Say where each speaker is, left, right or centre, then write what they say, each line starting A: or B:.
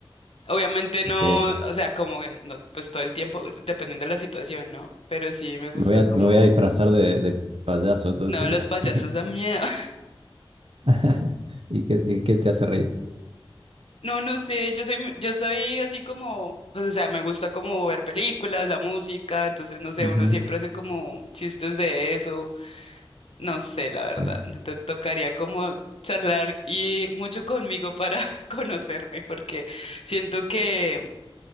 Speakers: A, on the left; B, on the right.
A: Obviamente
B: ok.
A: no, o sea, como que no, pues todo el tiempo, dependiendo de la situación, ¿no? Pero sí me gusta
B: Me voy a,
A: como,
B: me voy a disfrazar de, de payaso, entonces.
A: no, los payasos dan miedo. <laughs>
B: <laughs> ¿Y qué, y qué te hace reír?
A: No, no sé, yo soy, mu- yo soy así como, pues, o sea, me gusta como ver películas, la música, entonces, no sé,
B: Ujú,
A: uno siempre hace como chistes de eso. No sé, la
B: Sí,
A: verdad. Te tocaría como charlar y mucho conmigo para <laughs> conocerme, porque siento que,